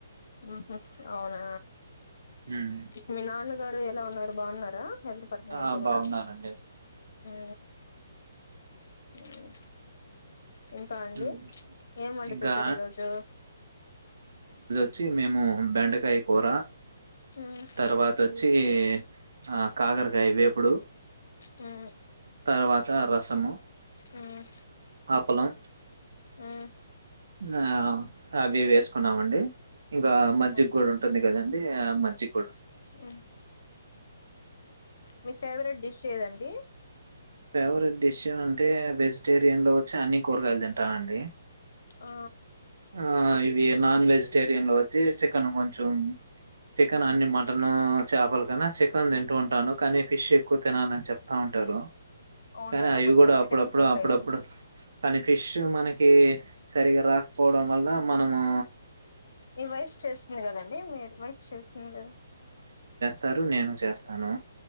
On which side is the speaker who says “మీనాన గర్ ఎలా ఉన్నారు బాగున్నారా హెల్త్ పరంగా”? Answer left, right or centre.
Left